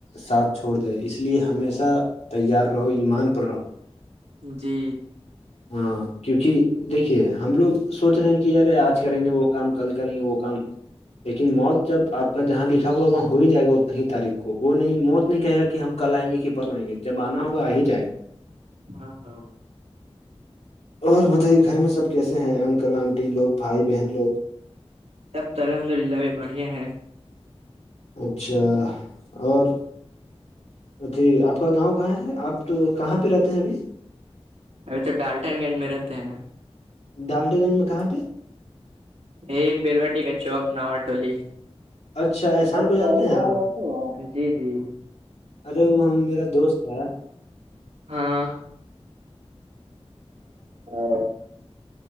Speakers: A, on the left; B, on the right.
A: ساتھ چھوڑ دے اس لیے ہمیشہ تیار رہو ایمان پر رہو
B: جی
A: ہاں کیونکہ دیکھیے ہم لوگ سوچ رہے ہیں کہ یارے آج کریں گے وہ کام کل کریں گے وہ کام لیکن موت جب آپ جہاں لکھا ہوا وہاں ہو ہی جائے گا اتنا ہی تاریخ کو وہ نہیں موت نہیں کہے گا کہ ہم کل آئ گے کہ وئیں گے جب آنا ہوگا آیں جائے گا
B: ہاں ہاںاں
A: اور بتائیے گھر میں سب کیسے ہیں انکل آنٹی لوگ بھائی بہن لوگ
B: تب تو الحمد للہ بھی بڑھیا ہیں
A: اچھا اور ا جھی آپ کا گاؤں کہاں ہے آپ تو کہاں پہ رہتے ہیں ابھی
B: ابھی تو ڈالٹن گنج میں رہتے ہیں
A: دالٹے گنج میں کہاں پہ
B: یہ بیلوٹی کا چوک نوٹولی
A: اچھا احسان
B: اچھا
A: کو جانتے
B: فون
A: ہیں آپ
B: جی جی
A: ارے وہ ہم میرا دوست ہے
B: ہاں ا